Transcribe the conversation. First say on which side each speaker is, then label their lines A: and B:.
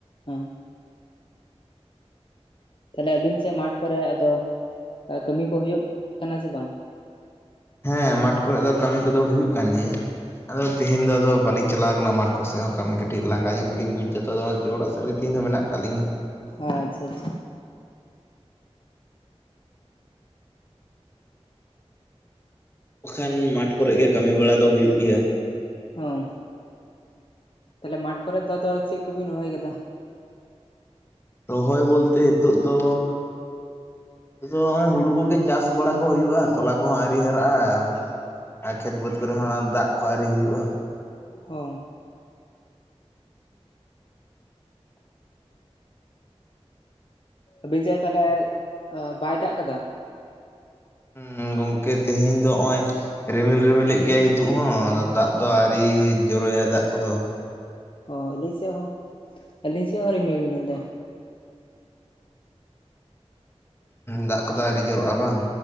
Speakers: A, on the left; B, on the left.
A: ᱦᱮᱸ ᱛᱟᱦᱞᱮ ᱟᱵᱤᱱ ᱥᱮᱫ ᱢᱟᱴᱷ ᱠᱚᱨᱮ ᱟᱫᱚ ᱠᱟᱹᱢᱤ ᱠᱚ ᱦᱩᱭᱩᱜ ᱠᱟᱱᱟ ᱥᱮ ᱵᱟᱝ?
B: ᱦᱮᱸ ᱢᱟᱴᱷ ᱠᱚᱨᱮ ᱫᱚ ᱠᱟᱹᱢᱤ ᱠᱚᱫᱚ ᱦᱩᱭᱩᱜ ᱠᱟᱱ ᱜᱮᱭᱟ ᱾ ᱟᱫᱚ ᱛᱮᱦᱮᱧ ᱫᱚ ᱟᱫᱚ ᱵᱟᱹᱞᱤᱧ ᱪᱟᱞᱟᱣ ᱠᱟᱱᱟ ᱢᱟᱴᱷ ᱠᱚ ᱥᱮᱫ ᱦᱚᱸ ᱠᱟᱹᱢᱤ ᱠᱟᱹᱴᱤᱡ ᱞᱟᱸᱜᱟ ᱧᱚᱜ ᱜᱮᱞᱤᱧ ᱵᱩᱡᱽ ᱮᱫᱟ ᱛᱚ ᱟᱫᱚ ᱚᱲᱟᱜ ᱥᱮᱫ ᱨᱮᱜᱮ ᱛᱮᱦᱮᱧ ᱫᱚ ᱢᱮᱱᱟᱜ ᱠᱟᱜ ᱞᱤᱝ ᱾
A: ᱟᱪᱪᱷᱟ ᱟᱪᱪᱷᱟ ᱾
B: ᱵᱟᱠᱷᱟᱱ ᱢᱟᱴᱷ ᱠᱚᱨᱮ ᱜᱮ ᱠᱟᱹᱢᱤ ᱵᱟᱲᱟ ᱫᱚ ᱦᱩᱭᱩᱜ ᱜᱮᱭᱟ ᱾
A: ᱦ ᱛᱟᱦᱚᱞᱮ ᱢᱟᱴᱷ ᱠᱚᱨᱮ ᱫᱚ ᱟᱫᱚ ᱪᱮᱫ ᱠᱚᱵᱤᱱ ᱨᱚᱦᱚᱭ ᱟᱠᱟᱫᱟ?
B: ᱨᱚᱦᱚᱭ ᱵᱚᱞᱛᱮ ᱱᱤᱛᱚᱜ ᱫᱚᱻ ᱟᱫᱚ ᱱᱚᱜᱼᱚᱭ ᱦᱩᱲᱩ ᱠᱚᱜᱮ ᱪᱟᱥ ᱵᱟᱲᱟ ᱠᱚ ᱦᱩᱭᱩᱜᱼᱟ ᱛᱚᱞᱟ ᱠᱚᱦᱚᱸ ᱟᱶᱹᱨᱤ ᱦᱟᱨᱟᱜᱼᱟ ᱾ ᱟᱨ ᱠᱷᱮᱛ ᱵᱟᱹᱫᱽ ᱠᱚᱨᱮ ᱦᱚᱸ ᱫᱟᱜ ᱠᱚ ᱟᱹᱨᱤ ᱦᱩᱭᱩᱜᱼᱟ ᱾
A: ᱚ ᱟᱹᱵᱤᱱ ᱥᱮᱫ ᱛᱟᱦᱞᱮ ᱵᱟᱭ ᱫᱟᱜ ᱠᱟᱫᱟ?
B: ᱦᱮᱸ ᱜᱚᱝᱠᱮ ᱛᱮᱦᱮᱧ ᱫᱚ ᱚᱜᱼᱚᱭ ᱨᱤᱢᱤᱞ ᱨᱤᱢᱤᱞᱮᱫ ᱜᱮᱭᱟᱭ ᱱᱤᱛᱚᱜ ᱦᱚᱸ ᱟᱫᱚ ᱫᱟᱜ ᱫᱚ ᱟᱹᱣᱨᱤ ᱡᱚᱨᱚᱭᱟᱭ ᱫᱟᱜ ᱠᱚᱫᱚ ᱾
A: ᱚ ᱟᱞᱤᱧ ᱥᱮᱫ ᱦᱚ ᱟᱞᱤᱧ ᱥᱮᱫ ᱦᱚ ᱨᱤᱢᱤᱞ ᱨᱤᱢᱤᱞ ᱫᱟᱭ ᱾
B: ᱫᱟᱜ ᱠᱚᱫᱚ ᱟᱹᱶᱨᱤ ᱡᱚᱨᱚᱜᱼᱟ ᱵᱟᱝ?